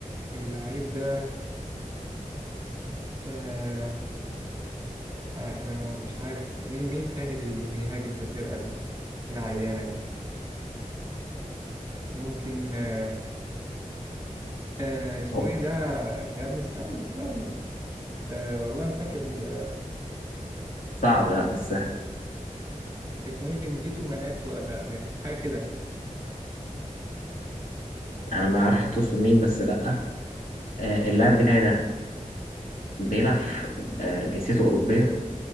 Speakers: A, on the right; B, on the left.
A: اللعيب ده آه آه ما هو مش عارف مين مين تاني بي بيهاجم في الفرقة ال- العيانة دي ممكن آه آه اسمه
B: هو
A: ايه ده يا ابني استنى استنى آه والله ما فاكر ال-
B: صعب لا مش سهل
A: اسمه ايه بنديتو مناتو ولا من حاجة كده
B: انا ما اعرفش تقصد مين بس لا آه اللاعب بتاعي ده بيلعب في- آه جنسيته اوروبيه